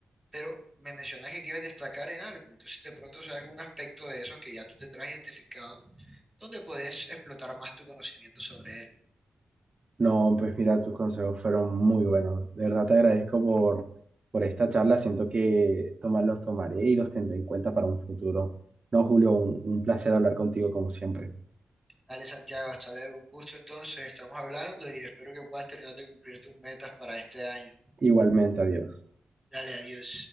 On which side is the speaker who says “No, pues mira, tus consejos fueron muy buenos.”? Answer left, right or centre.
Right